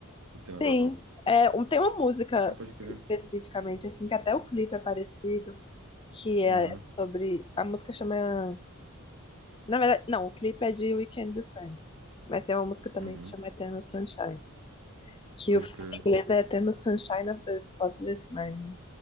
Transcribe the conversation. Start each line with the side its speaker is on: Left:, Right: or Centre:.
Right: Não tem nada
Left: Sim.
Right: a ver.
Left: É, um, tem uma música
Right: Ah, pode crer.
Left: especificamente, assim, que até o clipe é parecido, que é
Right: Aham.
Left: sobre. A música chama. Na verdade, não, o clipe é de We Can Be Friends. Mas tem uma música também
Right: Uhum.
Left: que chama Eternal Sunshine. que
Right: Pode
Left: o filme
Right: crer.
Left: em inglês é Eternal Sunshine of the Spotless Mind.